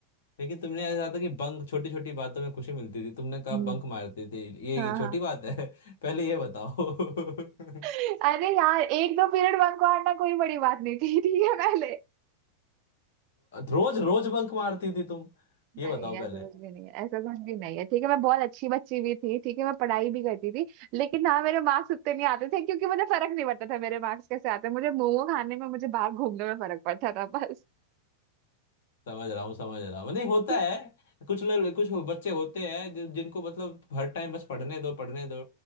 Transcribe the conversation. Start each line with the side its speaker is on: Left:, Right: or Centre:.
Left: लेकिन तुमने ऐसा था कि बंक छोटी छोटी बातों में खुशी मिलती थी तुमने कहा
Right: हम्म
Left: बंक मारती थी ये
Right: हाँ
Left: ये छोटी
Right: हाँ
Left: बात है <laughs> पहले ये बताओ <laughs>
Right: <laughs> अरे यार एक दो पीरियड बंक मारना कोई बड़ी बात नहीं थी ठीक है पहले
Left: रोज रोज बंक मारती थी तुम ये
Right: नहीं
Left: बताओ
Right: ऐसा
Left: पहले
Right: कुछ भी नहीं है ऐसा कुछ भी नहीं है ठीक है मैं बहुत अच्छी बच्ची भी थी ठीक है मैं पढ़ाई भी करती थी लेकिन हाँ मेरे मार्क्स उतने नहीं आते थे क्योंकि मुझे फर्क नहीं पड़ता था मेरे मार्क्स कैसे आते हैं। मुझे मोमो खाने में मुझे बाहर घूमने में फर्क पड़ता था बस
Left: समझ रहा हूँ समझ रहा हूँ नहीं होता
Right: <laughs>
Left: है कुछ लोग कुछ हो- बच्चे होते हैं जि- जिनको मतलब हर टाइम बस पढ़ने दो पढ़ने दो